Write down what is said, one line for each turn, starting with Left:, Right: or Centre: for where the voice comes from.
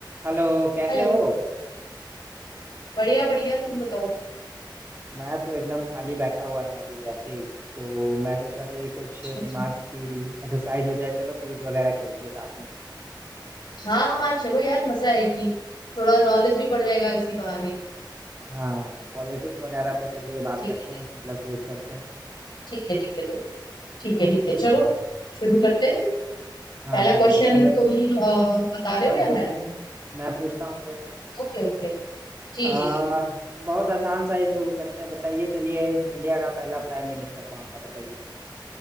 Right: Hello कैसे
Left: Hello
Right: हो
Left: बढ़िया बढ़िया तुम बताओ
Right: मैं तो एकदम खाली बैठा हुआ था अभी ऐसे ही तो मैं सोचा कि कुछ
Left: अच्छा
Right: दिमाग
Left: अच्छा
Right: की एक्सरसाइज हो जाए चलो क्विज वगैरह खेलते हैं साथ में
Left: हाँ हाँ चलो यार मजा आएगी थोड़ा नॉलेज भी बढ़ जाएगा इसी बहाने
Right: हाँ पॉलिटिक्स वगैरह पे चलिए बात
Left: ठीक
Right: करते
Left: है
Right: हैं मतलब क्विज करते हैं
Left: ठीक है ठीक है तो ठीक है ठीक है
Right: हाँ
Left: चलो शुरू करते हैं फिर।
Right: हाँ
Left: पहला
Right: ठीक
Left: क्वेश्चन
Right: है तो पहले
Left: तुम अ, बता रहे हो
Right: हम
Left: या
Right: पूछते
Left: मैं
Right: हैं मैं पूछता हूँ फिर
Left: ओके ओके जी
Right: आ,
Left: जी जी
Right: बहुत आसान सा ही शुरू करते हैं बताइए चलिए इंडिया का पहला प्राइम मिनिस्टर कौन था बताइए